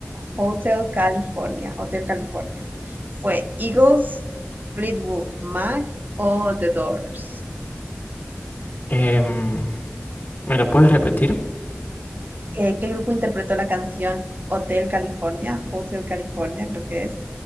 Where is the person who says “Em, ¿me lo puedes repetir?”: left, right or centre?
Left